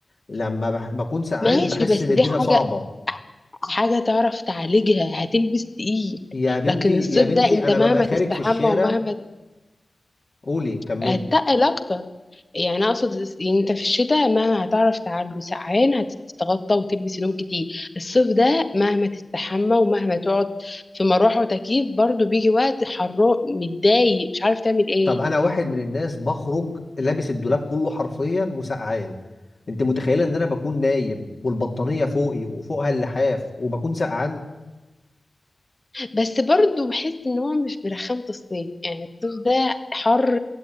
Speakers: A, on the left; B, on the left.
A: لما بح... بكون سقعان
B: ماشي
A: بحس
B: بس
A: ان الدنيا
B: دي حاجة
A: صعبه
B: حاجة تعرف تعالجها هتلبس تقيل
A: يا بنتي
B: لكن الصيف
A: يا بنتي
B: ده انت
A: انا
B: مهما
A: ببقى خارج
B: تستحمى
A: في الشارع
B: ومهما
A: قولي كملي
B: هتتقل اكتر يعني اقصد الس- يعني انت في الشتاء مهما هتعرف تعالجه سقعان هتتغطى وتلبس هدوم كتير الصيف ده مهما تستحمى ومهما تقعد في مروحة وتكييف برضو بيجي وقت حرام متضايق مش عارف تعمل ايه
A: طب انا واحد من الناس بخرج لابس الدولاب كله حرفيا وسقعان انت متخيله ان انا بكون نايم والبطانيه فوقي وفوقها اللحاف وبكون سقعان
B: بس برضه بحس ان هو مش برخامة الصيف يعني الصيف ده حر